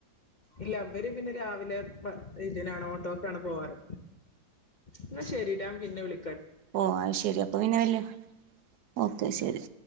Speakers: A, on the left; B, on the right.
A: ഇല്ല അവര് പിന്നെ രാവിലെ <unintelligible> എതിനാണ് ഓട്ടോക്കാണ് പോവാറ് എന്നാ ശരിട്ടാ നാൻ പിന്നെ വിളിക്ക
B: ഓ അത് ശെരി അപ്പൊ പിന്നെ വല്ലോ ഓക്കെ ശരി